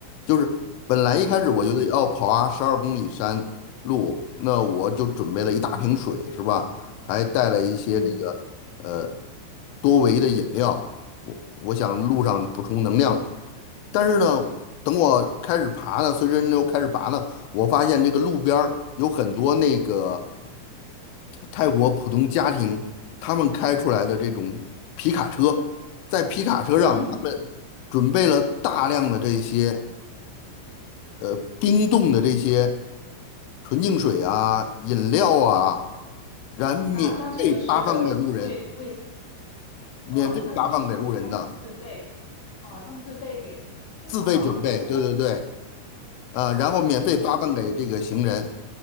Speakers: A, on the left; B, on the left.
A: 就是本来一开始我觉得要跑啊十二公里山路，
B: 哦，
A: 那我就准备了一大瓶水，
B: 嗯
A: 是吧？还带了一些这个呃
B: 嗯
A: 多维的饮料，我我想路上补充能量。但是呢，等我开始爬呢，随着人流开始爬呢，我发现这个路边儿有很多那个泰国普通家庭他们开出来的这种皮卡车，在皮卡车上他们准备了大量的这些
B: 嗯。
A: 呃冰冻的这些纯净水啊、饮料啊，然免费发放给路人，
B: 那那这个是为为
A: 免费发放给路人的，
B: 哇，那意思就是他们自费啊，他们自费给你们发放，
A: 自费准备，
B: 然后
A: 对对对。啊，呃然后免费发放给这个行人，
B: 哇，